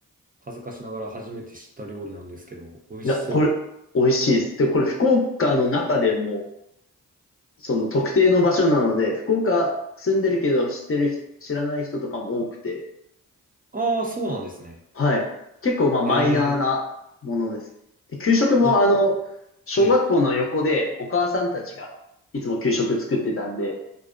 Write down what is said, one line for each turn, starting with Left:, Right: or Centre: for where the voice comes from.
Right: 恥ずかしながら初めて知った料理なんですけど、美味しそ
Left: な、これ、美味しいです。で、これ、福岡の中でも、その特定の場所なので、福岡住んでるけど知ってる人、知らない人とかも多くて、
Right: う。ああ、そうなんですね。
Left: はい。結構、まあ、マイナーなものですね。
Right: えー、
Left: で、給食も、
Right: いや、ちょっと、
Left: あの、小学校の横でお母さんたちがいつも給食作ってたんで、
Right: はい。